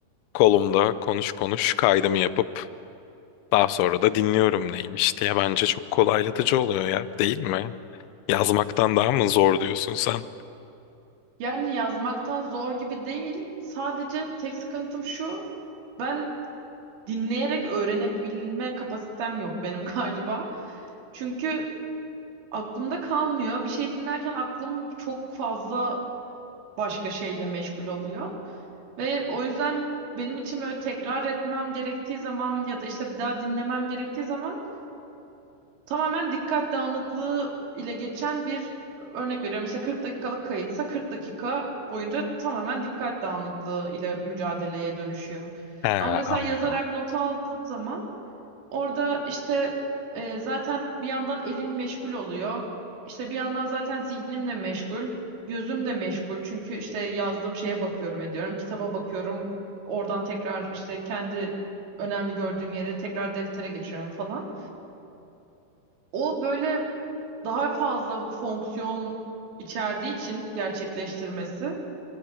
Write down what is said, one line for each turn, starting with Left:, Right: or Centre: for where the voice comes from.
Left: Kolumda konuş konuş kaydımı yapıp daha sonra da dinliyorum neymiş diye bence çok kolaylatıcı oluyor ya değil mi? Yazmaktan daha mı zor diyorsun sen?
Right: Yani yazmaktan zor gibi değil. Sadece tek sıkıntım şu. Ben dinleyerek öğrenebilme kapasitem yok benim <laughs> galiba. Çünkü aklımda kalmıyor. Bir şey dinlerken aklım çok fazla başka şeyle meşgul oluyor. Ve o yüzden benim için böyle tekrar etmem gerektiği zaman ya da işte bir daha dinlemem gerektiği zaman Tamamen dikkat dağınıklığı ile geçen bir örnek veriyorum. İşte 40 dakikalık kayıtsa 40 dakika boyunca tamamen dikkat dağınıklığı ile mücadeleye dönüşüyor.
Left: He,
Right: Ama mesela
Left: anladım.
Right: yazarak not aldığım zaman orada işte e, zaten bir yandan elim meşgul oluyor. İşte bir yandan zaten zihnimle meşgul, gözüm de meşgul. Çünkü işte yazdığım şeye bakıyorum ediyorum, kitaba bakıyorum. Oradan tekrar işte kendi önemli gördüğüm yere tekrar deftere geçiyorum falan. O böyle daha fazla fonksiyon içerdiği için gerçekleştirmesi